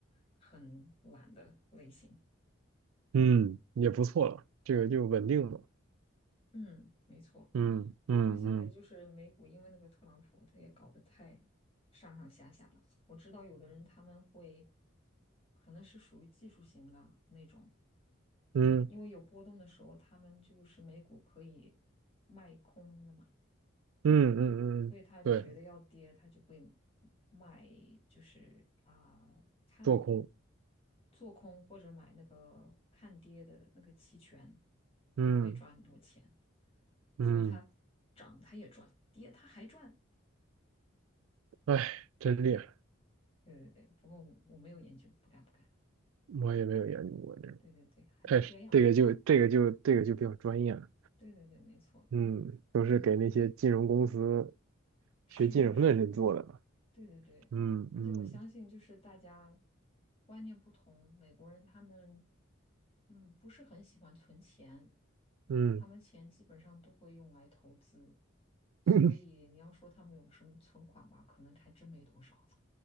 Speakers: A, on the left (about 25°); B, on the right (about 80°).
A: 很懒的类型。
B: 嗯，也不错了，这个就稳定了。
A: 嗯，没错。
B: 嗯嗯嗯
A: 不过现在就是美股，因为那个特朗普，他也搞得太上上下下了。我知道有的人他们会，可能是属于技术型的那种，
B: 嗯
A: 因为有波动的时候，他们就是美股可以卖空的嘛，
B: 嗯嗯嗯，
A: 所以他觉得要跌，
B: 对，
A: 他就会卖，就是啊、看
B: 做空。
A: 做空或者买那个看跌的那个期权，
B: 嗯
A: 都可以赚很多钱。
B: 嗯，
A: 所以它涨它也赚，跌它还赚。
B: 哎，真厉害，
A: 对对对，不过我没有研究，不敢不敢。
B: 我也没有研究过这个，
A: 对对对，还就这样吧。
B: 太是这个就这个就这个就比较专业了。
A: 对对对，没错。
B: 嗯，都是给那些金融公司
A: 嗯，是是是，
B: 学金融的人做的了
A: 对对对。
B: 嗯嗯
A: 而且我相信，就是大家观念不同，美国人他们嗯不是很喜欢存钱，
B: 嗯，
A: 他们钱基本上都会用来投资，所以你要说他们有什么存款吧，
B: <clears throat>
A: 可能还真没多少。